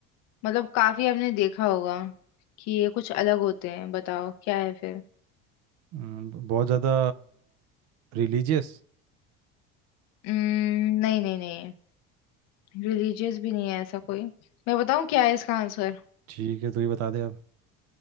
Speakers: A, on the left; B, on the right.
A: मतलब काफी आपने देखा होगा कि ये कुछ अलग होते हैं बताओ क्या है फिर
B: हम्म, बहुत ज़्यादा रिलीजियस
A: उम्म, नहीं नहीं नहीं रिलीजियस भी नहीं है ऐसा कोई मैं बताऊँ क्या है इसका आंसर
B: ठीक है तू ही बता दे अब